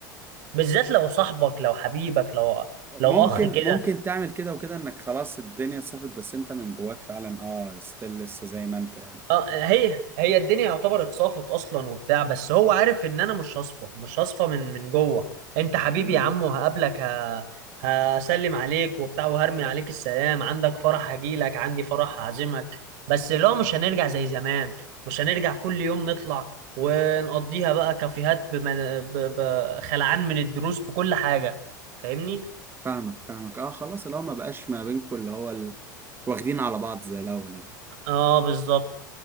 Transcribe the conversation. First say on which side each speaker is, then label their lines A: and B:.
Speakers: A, on the right (about 60°); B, on the right (about 20°).
A: بالذات لو صاحبك لو حبيبك لو
B: ممكن
A: لو اخ كده
B: ممكن تعمل كده وكده انك خلاص الدنيا صفت بس انت من جواك فعلا اه ستيل لسه زي ما انت يعني
A: اه هي هي الدنيا يعتبر اتصافت اصلا وبتاع بس هو عارف ان انا مش هصفى مش هصفى من من جوه انت حبيبي
B: مم.
A: يا عم وهقابلك ه... هسلم عليك وبتاع وهرمي عليك السلام عندك فرح هجيلك عندي فرح هعزمك بس لو مش هنرجع زي زمان مش هنرجع كل يوم نطلع ونقضيها بقى كافيهات بمن... ب... ب... خلعان من الدروس بكل حاجة فاهمني
B: فاهمك فاهمك اه خلاص اللي هو ما بقاش ما بينكم اللي هو ال... واخدين على بعض زي الاول يعني
A: اه بالظبط